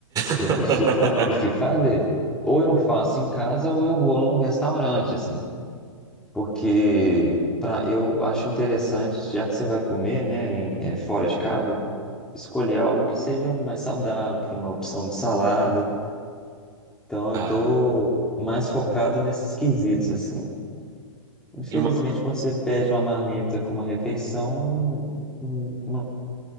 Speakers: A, in the centre; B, on the right (about 20°).
A: Eu
B: <laughs>
A: prefiro, fa prefiro fazer. Ou eu faço em casa ou eu vou num restaurante, assim. Porque pra, eu acho interessante, já que você vai comer, né, em- eh, fora de casa, escolher algo que seja mais saudável, que tenha uma opção de salada Então
B: Ah,
A: eu tô mais focado nesses quesitos, assim. Infelizmente,
B: e uma,
A: quando você pede uma marmita como uma refeição, não não